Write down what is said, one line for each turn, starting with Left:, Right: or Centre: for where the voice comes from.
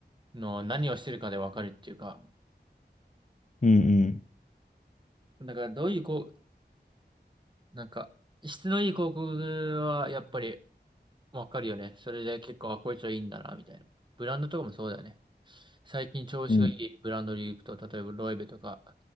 Right: の何をしてるかでわかるっていうか、
Left: うん、
Right: だからどういうこう、なんか、質のいい広告はやっぱり、わかるよね。それで結構、あ、こいつはいいんだな、みたいな。ブランドとかもそうだよね。最近調子がいいブランドで行くと、
Left: うん、うん、
Right: 例えばロエベとか、